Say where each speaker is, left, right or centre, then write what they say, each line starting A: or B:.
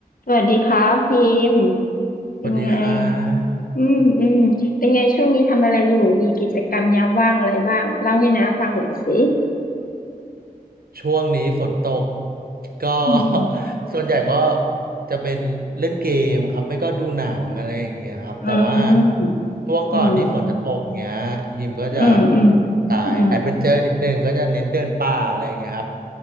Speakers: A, on the left (about 65°); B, on the right (about 75°).
A: สวัสดีครับพิมพ์
B: สวัสดีครั
A: เป็นไง
B: บ
A: อืมอืมเป็นไงช่วงนี้ทำอะไรอยู่มีกิจกรรมยามว่างอะไรบ้างเล่าให้น้าฟังหน่อยสิ
B: ช่วงนี้ฝนตกก็
A: อืม
B: <laughs> ส่วนใหญ่ก็จะเป็นเล่นเกมครับไม่ก็ดูหนังอะไรอย่างเงี้ยครับแต่ว่า
A: อืมอืม
B: ช่วงก่อนที่ฝนจะตกเงี้ยฮิมก็จะ
A: อืมอืม
B: สายแอดเวนเจอร์นิดนึงก็จะเน้นเดินป่าอะไรอย่างเงี้ยครับ
A: อืม